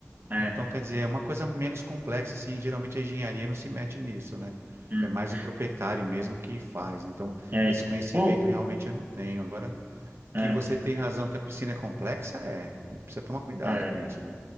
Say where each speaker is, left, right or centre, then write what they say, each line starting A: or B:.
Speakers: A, on the right (about 40°); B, on the right (about 60°).
A: é,
B: Então, quer dizer, é uma coisa menos complexa assim, geralmente a engenharia não se mete nisso, né?
A: uhum,
B: É mais o proprietário mesmo que faz. Então,
A: é,
B: esse conhecimento
A: pô,
B: realmente eu não tenho. Agora,
A: é,
B: que você tem razão que a piscina é complexa, é. Precisa tomar cuidado
A: é.
B: com isso, viu?